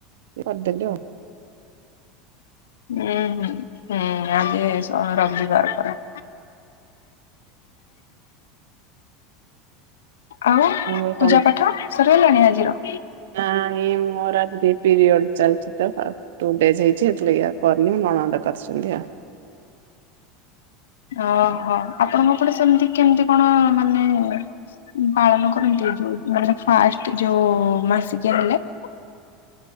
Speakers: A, on the right; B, on the left.
A: କରିଦେଲୁ ଆଉ।
B: ଉଁ ହୁଁ ହୁଁ ଆଜି ସ ରବିବାର ପରା। ଆଉ
A: ମୁଁ କହିଲି କଣ
B: ପୂଜା ପାଠ ସରିଗଲାଣି ଆଜିର?
A: ନାଆଇ ମୋର ଆଜି ଟିକେ ପିରିୟଡ ଚାଲିଚି ତ। ଟୁ ଡେଜ୍ ହେଇଚି ସେଥିଲାଗି ଆଉ କରିନି ନଣନ୍ଦ କରିଛନ୍ତି ଆଉ।
B: ଓହୋ ଆପଣଙ୍କ ଏପଟେ ସେମିତି କେମିତି କଣ ମାନେ ପାଳନ କରନ୍ତି। ଯୋଉ ମାନେ ଫାଷ୍ଟ ଯୋଉ ମାସିକିଆ ହେଲେ।